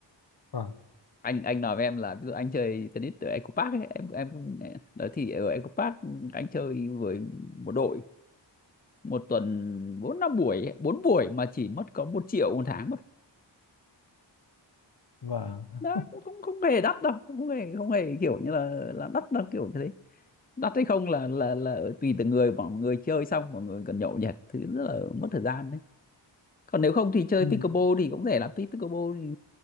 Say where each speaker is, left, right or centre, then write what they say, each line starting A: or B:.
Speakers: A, on the left; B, on the left.
A: vâng
B: anh anh nói với em là ví dụ anh chơi tennis ở Eco Park ấy em em cũng đó thì ở Eco Park anh chơi với một đội một tuần bốn năm buổi ấy, bốn buổi mà chỉ mất có một triệu một tháng
A: vâng
B: đó cũng không không hề đắt đâu không hề không hề kiểu như là là đắt đâu kiểu như thế đắt hay không là là là tùy từng người mọi người chơi xong mọi người cần nhậu nhẹt thứ rất là mất thời gian đấy còn nếu không thì chơi
A: ừ
B: pickleball thì cũng rẻ lắm pickleball thì